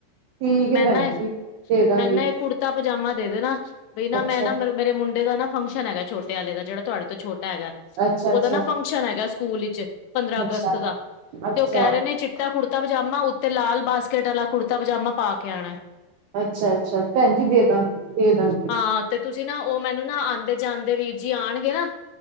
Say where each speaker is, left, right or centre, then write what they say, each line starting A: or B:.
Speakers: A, on the right (about 85°); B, on the left (about 80°).
A: ਠੀਕ ਹੈ
B: ਮੈਂ
A: ਭੈਣ
B: ਨਾ
A: ਜੀ
B: ਏਹ
A: ਦੇ ਦਾਂਗੀ
B: ਮੈ ਨਾ ਏਕ ਕੁੜਤਾ-ਪਜਾਮਾ ਦੇ ਦੇਣਾ ਬਈ ਨਾ
A: ਅੱਛਾ
B: ਮੈਂ ਨਾ ਮੇਰ- ਮੇਰੇ ਮੁੰਡੇ ਦਾ ਨਾ ਫੰਕਸ਼ਨ ਹੈਗਾ ਛੋਟੇ ਆਲੇ ਦਾ ਜੇੜਾ ਤੁਆਡੇ ਤੋਂ ਛੋਟਾ ਹੈਗਾ,
A: ਅੱਛਾ
B: ਓਦਾ
A: ਅੱਛਾ
B: ਨਾ ਫੰਕਸ਼ਨ ਹੈਗਾ। ਸ -ਕੂਲ ਵਿੱਚ ਪੰਦਰਾਂ
A: ਅੱਛਾ
B: ਅਗਸਤ ਦਾ,
A: ਅੱਛਾ
B: ਤੇ ਓਹ ਕੈ ਰੇ ਨੇ ਚਿੱ -ਟਾ ਕੁੜਤਾ-ਪਜਾਮਾ ਉੱਤੇ ਲਾਲ ਬਾਸਕੇਟ ਆਲਾ ਕੁੜਤਾ- ਪਜਾਮਾ ਪਾ ਕੇ ਆਣਾ ਐ।
A: ਅੱਛਾ-ਅੱਛਾ, ਭੈਣ ਜੀ ਦੇ ਦਾਂਗੀ, ਦੇ ਦਾਂਗੀ਼।
B: ਹਾਂ ਤੇ ਤੁਸੀਂ ਨਾ ਉਹ ਮੈਨੂੰ ਨਾ ਆਉਂਦੇ ਜਾਂਦੇ ਵੀਰ ਜੀ ਆਣਗੇ ਨਾ,